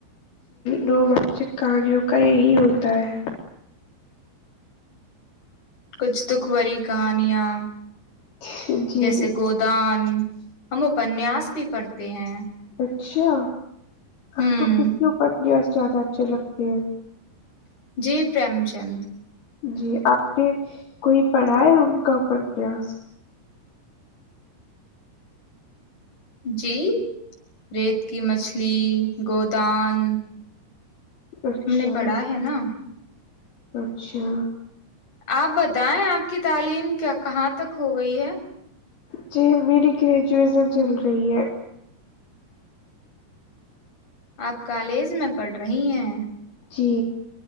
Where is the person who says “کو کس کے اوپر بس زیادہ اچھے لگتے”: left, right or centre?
Left